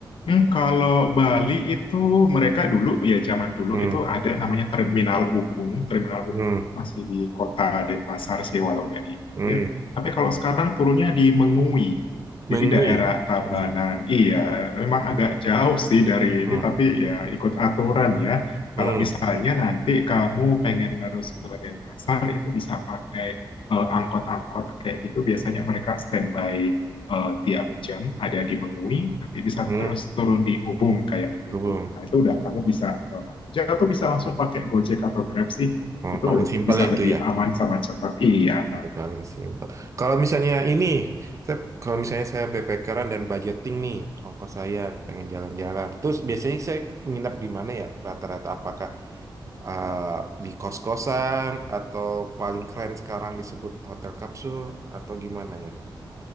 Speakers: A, on the left (about 80°); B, on the right (about 35°).
A: Hmm, kalau Bali itu mereka dulu ya zaman dulu
B: hmm,
A: itu ada namanya Terminal Ubung. Terminal Ubung
B: hmm,
A: itu masih di kota Denpasar sih walau udah di pinggir.
B: hmm.
A: Tapi kalau sekarang turunnya di Mengui.
B: Mengwi.
A: Jadi daerah Tabanan.
B: Hmm,
A: Iya, memang agak jauh sih dari
B: hmm,
A: ini tapi ya ikut aturan ya.
B: hmm,
A: Kalau misalnya nanti kamu pengen terus ke Denpasar itu bisa pakai eh, angkot-angkot kayak gitu biasanya mereka standby eh, tiap jam ada di Mengwi, nanti bisa
B: hmm.
A: terus turun di Ubung kayak gitu.
B: Gubeng.
A: Nah, itu udah kamu bisa ke mana aja atau bisa langsung pakai Gojek atau Grab sih.
B: Oh,
A: Itu
B: paling simpel
A: bisa
B: ya itu
A: lebih
B: ya.
A: aman sama cepat. Iya,
B: Ya, paling simpel. Kalau misalnya ini, saya, kalau misalnya saya backpackeran dan budgeting nih, ongkos saya pengen jalan-jalan. Terus biasanya saya nginap di mana ya? Rata-rata apakah eh, di kos-kosan atau paling keren sekarang disebut hotel kapsul atau gimana ya?